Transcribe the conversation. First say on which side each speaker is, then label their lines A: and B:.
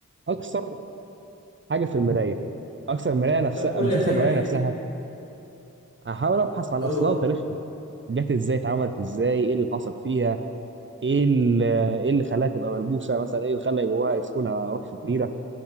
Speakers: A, on the right; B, on the left.
A: اكسر حاجه في المرايه اكسر المرايه نفسها
B: طب قول
A: مش
B: لي
A: اكسر
B: هتعمل
A: المرايه
B: ايه
A: نفسها احاول ابحث عن
B: اه
A: اصلها وتاريخها جت ازاي اتعملت ازاي ايه اللي حصل فيها ايه اللي ايه اللي خلاها تبقى ملبوسه مثلا ايه اللي خلى جواها يسكنها روح شريره